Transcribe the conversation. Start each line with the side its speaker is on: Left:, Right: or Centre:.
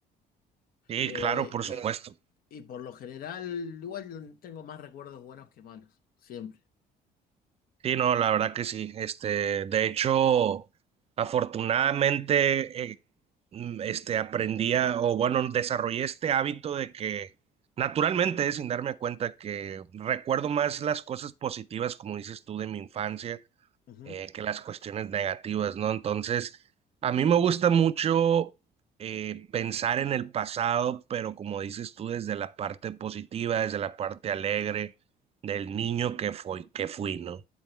Right: Sí,
Left: Eh,
Right: claro, por
Left: y,
Right: supuesto.
Left: y por lo general, igual tengo más recuerdos buenos que malos, siempre.
Right: Sí, no, la verdad que sí. Este, de hecho, afortunadamente, eh, mm, este, aprendí a- o bueno, desarrollé este hábito de que naturalmente, eh, sin darme cuenta, que recuerdo más las cosas positivas, como dices tú, de mi infancia,
Left: Ujú.
Right: eh, que las cuestiones negativas, ¿no? Entonces, a mí me gusta mucho eh, pensar en el pasado, pero como dices tú, desde la parte positiva, desde la parte alegre del niño que fui, que fui, ¿no?